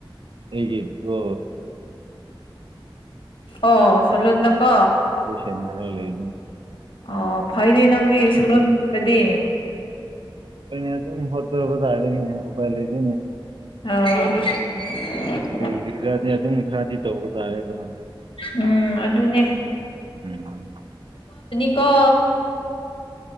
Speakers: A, on the right; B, on the left.
A: ꯑꯩꯒꯤꯝꯗ
B: ꯑꯣ ꯁꯂꯨꯗꯀꯣ
A: ꯔꯦ ꯂꯩ
B: ꯑꯣ ꯐꯩꯅꯦ ꯅꯪꯗꯤ ꯁꯣꯗꯤ
A: ꯍꯣꯏꯅꯦ ꯑꯗꯨꯝ ꯍꯣꯠꯇꯕ ꯇꯥꯗꯣꯏꯅꯦ ꯎꯚꯥꯏ ꯂꯩꯗꯣꯏꯅꯦ
B: ꯑꯣ
A: ꯀꯔꯤ ꯀꯔꯤꯔꯗꯤ ꯑꯗꯨꯝ ꯈꯔꯗꯤ ꯇꯧꯕ ꯇꯥꯏꯌꯦꯗꯣ
B: ꯎꯝ ꯑꯗꯨꯅꯦ
A: ꯎꯝꯝ
B: ꯀꯥ